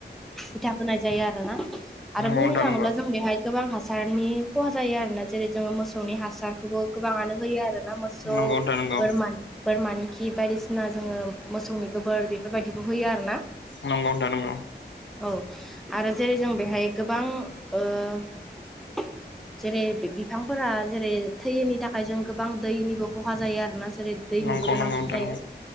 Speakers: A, in the centre; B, on the left (about 80°).
A: बिथा होनाय जायो आरोना आरो
B: नंगौ नोंथां
A: बुंनो थाङोब्ला
B: नंगौ
A: जों बेहाय गोबां हासारनि खहा जायो आरोना जेरै जोङो मोसौनि हासारखौबो गोबाङानो होयो आरो ना मोसौ
B: नंगौ नोंथां नंगौ
A: बोरमान बोरमानि खि बायदिसिना जोङो मोसौनि गोबोर बेफोरबायदिखौ होयो आरोना
B: नंगौ नोंथां नंगौ
A: औ आरो जेरै जों बेहाय गोबां ओ जेरै बिफांफोरा जेरै थैयैनि थाखाय जों गोबां दैनिबो खहा जायो आरोना ज जेरै दैनिबो
B: नंगौ
A: गोनांथि
B: नंगौ नोंथां
A: जायो